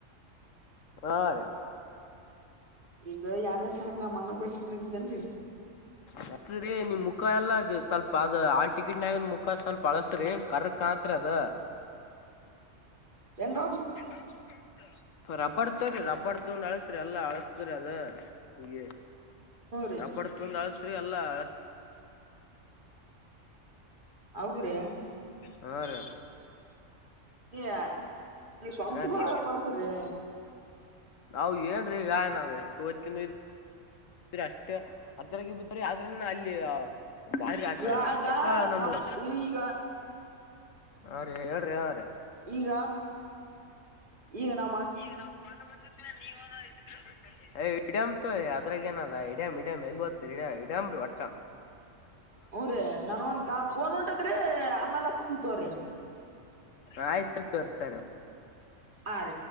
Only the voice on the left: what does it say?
ಹಾ ರ
ಹತ್ ನಿಮ್ ಮುಖ ಎಲ್ಲ ಅ್ ಸ್ವಲ್ಪ ಅದ ಆ ಟಿಕೆಟ್ನಾಗದ ಮುಖ ಸ್ವಲ್ಪ ಅಳಸ್ರಿ ಕರ್ ಕತ್ರಿ ಅದ
ಬೆಂಗಾಲ್ ಸು ರಬ್ಬಡ್ ತವ್ರಿ ರಬ್ಬರ್ ತೊಂದು ಅಳಸ್ರಿ ಎಲ್ಲಾ ಅಳಸ್ತ್ರರಿ ಅದ ಈಗ
ತಬ್ಬಡ್ತಂದು ಅಳಸ್ರಿ ಅಲ್ಲ ಅ
ಹಾ ರ
ಹಾ
ರೀ
ನಾವು ಏನ್ರೀ ಈಗ ನಾವ್ ಎಷ್ಟ್ ಹೊ್ಿಂದು ಅಷ್ಟೇ ಅದ್ರಗೆ ಬಿದ್ರೆ ಯಾವ ಅದ್ರನ್ನ ಅಲ್ಲಿ ಬಾರಿ ಆ
ಆ ಕೆಕ್ಕ ನಮ್ಮ
ಹಾ ರೀ ಹೇಳ್ರಿ ಯಾ ರೀ
ಈಗ ನಾ್ ಮ್ಣ ಬಿನ ನೀವ <inaudible> ಹಿಡಂ ತ ಅದ್ರಾಗ ನದ ಇಡಂ ಹಿಡಮಂ ಎಲ್ ಒಡ ಹಿಡಂ ಒಟ್ಟಂ
ಆ ಹೆಸರು ತೋರ್ ಸರಿ ಕೆ